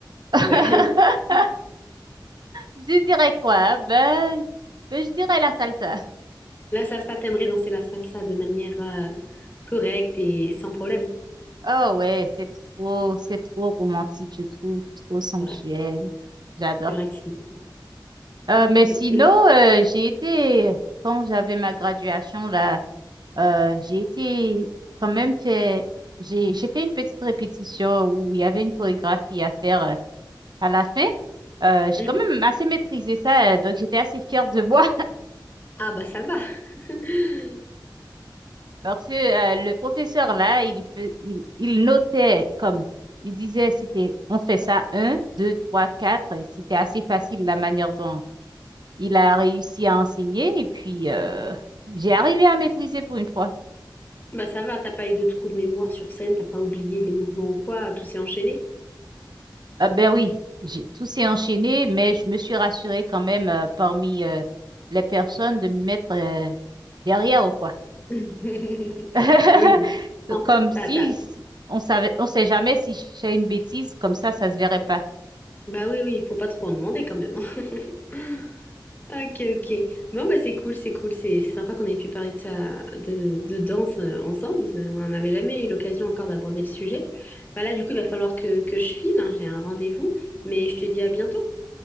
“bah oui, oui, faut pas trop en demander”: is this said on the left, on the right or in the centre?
Left